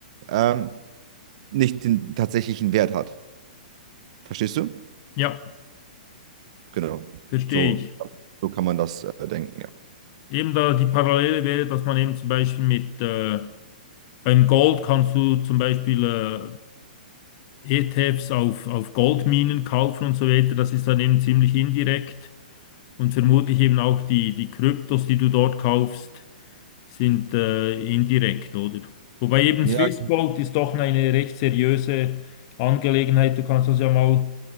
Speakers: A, on the right; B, on the left.
A: ähm, nicht den tatsächlichen Wert hat. Verstehst du?
B: ja,
A: Genau.
B: verstehe
A: So,
B: ich.
A: so kann man das äh, denken, ja.
B: Eben da die Parallele wäre, dass man eben zum Beispiel mit äh, Beim Gold kannst du zum Beispiel äh, äh, ETFs auf, auf Goldminen kaufen und so weiter. Das ist dann eben ziemlich indirekt. Und vermutlich eben auch die, die Kryptos, die du dort kaufst, sind äh, indirekt, oder? Wobei eben
A: Ja,
B: Swiss Gold ist doch eine recht seriöse Angelegenheit. Du kannst das ja mal